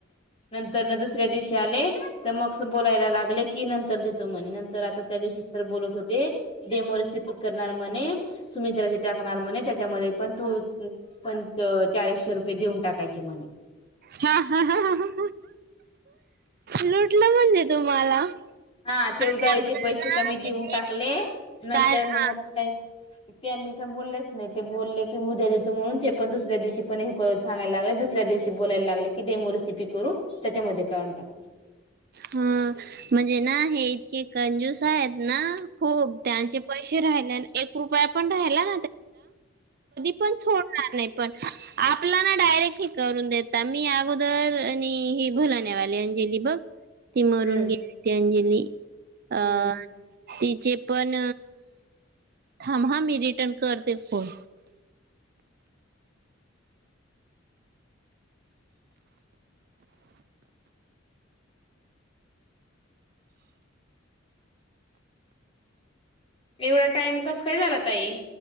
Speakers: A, on the left; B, on the right.
A: नंतर दुसऱ्या दिवशी आले तर मग बोलाय ला नंतर आ त्या दिवशी बत होतेम करणार मित्राचे टाकणार म्हणे त्याच्यामध्ये पण तू पण चारसशे रुपये देऊन टाकायचे म्हणे
B: हा.. हा.. हा.. लुटलं म्हणजे तुम्हाला
A: हा ते
B: अगोदर
A: उदा जे पैसे
B: ना
A: कमी
B: किती
A: देऊन टाकले नंतर
B: कार हा
A: मग त्यांनी का बोलले नाही ते बोलले की उद्या देतो म्हणून ते पण दुसर्यादिवशी पण हेत सांगयला लागले दुसऱ्या दिवशी बोय लाग की रेसिपी करू त्याच्यामध्ये काडून टाकू
B: हा म्हणजे ना हे इतके कंजूस आहेत ना खूप त्यांचे पण रा की पण नाही पण सोडणार आपला ना डायरेक्ट हे करून देता मी अगोदर आणि ह बुलाण्यावाले अंजली बघ ती मरून
A: हम्म
B: गेलीती अंजली अं
A: हम्म
B: तिचे पण थांब मी हा मी रिटर्न करते फोन
A: एवढा टाइम कस काय झाला ताई